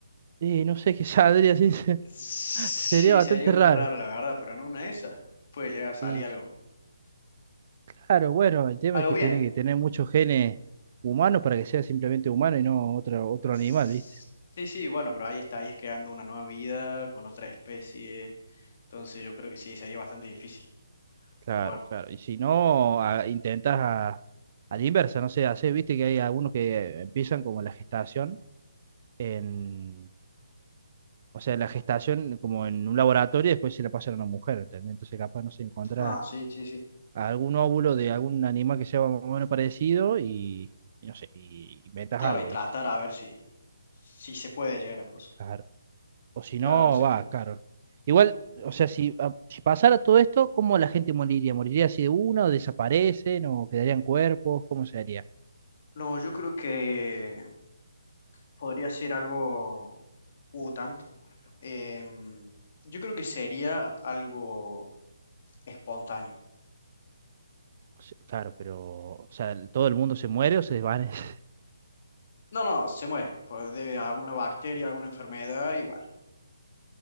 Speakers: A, on the right; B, on the left.
A: Y no sé qué saldría así,
B: Sí,
A: <laughs> sería bastante
B: sería muy
A: raro.
B: raro, la verdad, pero en una de esas puede llegar a salir
A: Y
B: algo,
A: Claro, bueno, el tema
B: algo
A: es que
B: bien.
A: tiene que tener muchos genes humanos para que sea simplemente humano y no otro, otro
B: Sí,
A: animal, ¿viste?
B: sí, bueno, pero ahí está, ahí es creando una nueva vida con otra especie. Entonces yo creo que sí, sería bastante difícil.
A: Claro,
B: Pero bueno.
A: claro. Y si no, a- intentas a, a la inversa, no sé, hacer, viste que hay algunos que empiezan como la gestación en, o sea, la gestación como en un laboratorio y después se la pasan a una mujer, ¿entendés? Entonces capaz no se encuentra
B: Ah, sí, sí, sí.
A: algún óvulo de algún animal que sea más o menos parecido y, y no sé, y inventas
B: Claro,
A: algo,
B: y tratar
A: ¿viste?
B: a ver si, si se puede llegar a cosas.
A: Claro. O si no,
B: Claro, exactamente.
A: va, claro. Igual, o sea, si, a- si pasara todo esto, ¿cómo la gente moriría? ¿Moriría así de una o desaparecen o quedarían cuerpos? ¿Cómo se haría?
B: No, yo creo que Podría ser algo... Uh, también tengo una pregunta. Em, yo creo que sería algo espontáneo.
A: O sea, Claro, pero, o sea, el- todo el mundo se muere o se desvanece. <laughs>
B: No, no, se muere. Pues debe a alguna bacteria, alguna enfermedad y bueno.